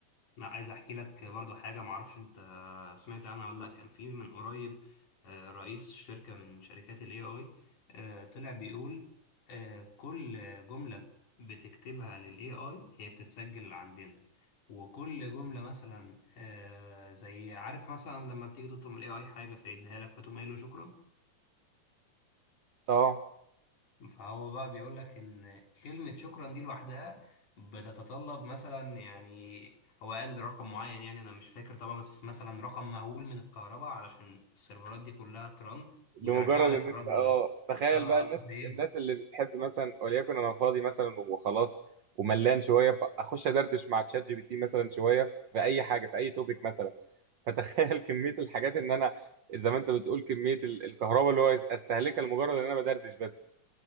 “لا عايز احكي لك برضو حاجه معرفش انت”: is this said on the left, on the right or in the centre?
Left